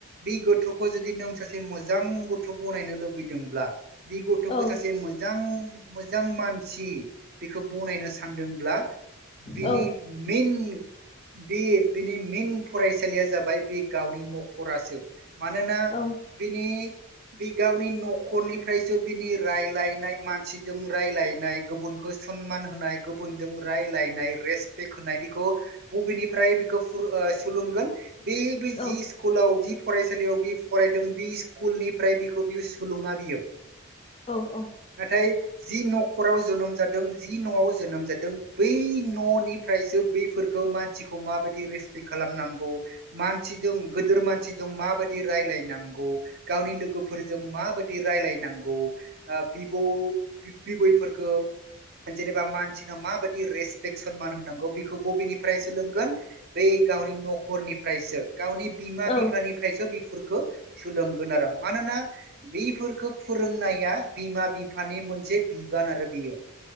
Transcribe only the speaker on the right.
बे गथ'खौ जुदि नों सासे मोजां गथ' बनायनो लुबैदों ब्ला बे गथ'खौ
सासे
मोजां मोजां मानसि बेखौ बनायनो सान सानदोंब्ला बिनि
मेन बे बिनि मेन फरायसालिया जाबाय बे गावनि न'खरासो। मानोना
बिनि बि गावनि न'खरनिफ्रायसो बिनि रायलायनाय मानसिजों रायलायनाय गुबुन खो सनमान होनाय गुबुनजों रायलायनाय रेसपेक्ट होनाय बेखौ बबेनिफ्राय बेखौ फुर ओ सुलोंगोन। बे बै
जि स्कुलाव जि फरायसालियाव बि फरायदों बि स्कुलनिफ्राय बिखौ बियो सुलुङा बियो।
नाथाय जि न'खराव जोनोम जादों जि न'आव जोनोम जादों बै न'निफ्रायसो बैफोरखौ मानसिखौ माबायदि रेसपेक्ट खालामनांगौ मानसिजों गोदोर मानसिजों माबायदि रायलायनांगौ गावनि लोगोफोरजों माबादि रायलायनांगौ ओ बिबौ बिबैफोरखौ जेनेबा मान सिनो माबादि रेसपेक सनमान होनांगौ बेखौ बबेनिफ्राय सोलोंगोन बे गावनि न'खरनि फ्रायसो गावनि बिमा
बिफानिफ्रायसो बिफोरखौ सोलोंगोन आरो। मानोना बेफोरखौ फोरोंनाया बिमा बिफानि मोनसे बिबान आरो बेयो।